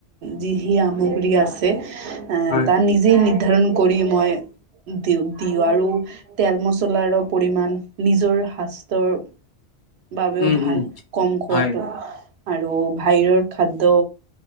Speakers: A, on the right; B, on the left.
A: যি হি সামগ্ৰী আছে, এ
B: হয়
A: যি নিৰ্ধাৰণ কৰি মই দিওঁ, দিওঁ আৰু তেল মছলাৰ পৰিমাণ নিজৰ শাস্তৰ বাবেও
B: উম
A: ভাল
B: উম
A: কম খোৱাটো
B: হয়।
A: আৰু ভাহিৰৰ খাদ্য